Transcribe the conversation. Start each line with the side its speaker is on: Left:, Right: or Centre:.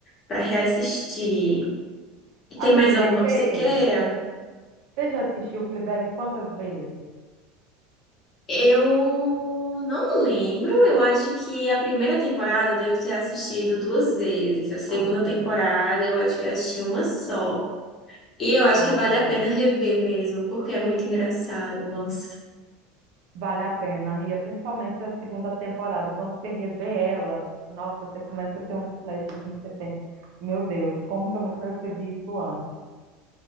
Left: pra reassistir. E tem
Right: Amiga,
Left: mais alguma
Right: mas você
Left: que você queira?
Right: você já assistiu Fleabag quantas vezes?
Left: Eu não lembro, eu acho que a primeira temporada eu devo ter assistido duas vezes, a segunda
Right: Ah,
Left: temporada eu acho que eu assisti uma só. E eu acho
Right: ah,
Left: que vale
Right: tá.
Left: a pena rever mesmo, porque é muito engraçado, nossa.
Right: Vale a pena, amiga, principalmente a segunda temporada. Quando você revê ela, nossa, você começa a ter uns flashes assim que você pensa, meu Deus, como que eu não percebi isso antes?